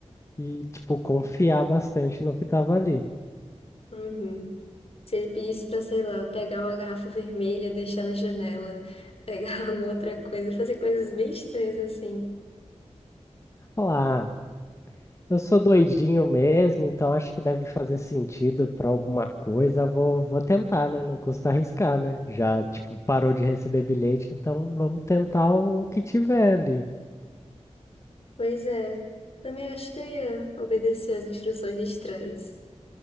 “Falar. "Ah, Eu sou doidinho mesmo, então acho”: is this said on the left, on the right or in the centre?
Left